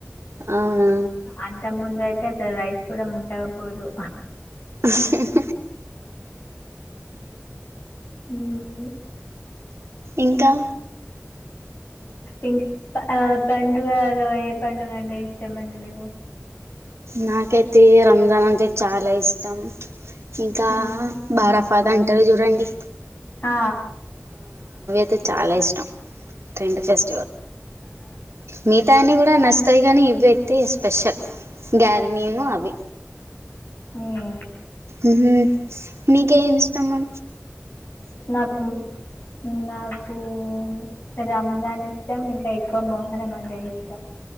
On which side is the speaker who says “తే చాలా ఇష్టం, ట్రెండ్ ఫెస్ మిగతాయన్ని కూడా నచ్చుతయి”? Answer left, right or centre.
Right